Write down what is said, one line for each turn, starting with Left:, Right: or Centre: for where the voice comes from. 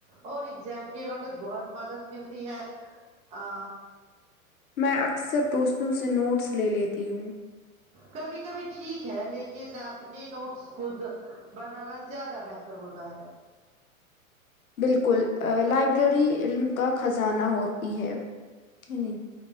Right: اور ایگزام کے وقت بہت مدد ملتی ہے ا
Left: میں اکثر دوستوں سے نوٹس لے لیتی ہوں
Right: کبھی کبھی ٹھیک ہے لیکن اپنے نوٹس خود بنانا زیادہ بہتر ہوتا ہے
Left: بالکل لائبریری علم کا خزانہ ہوتی ہے نہیں نہیں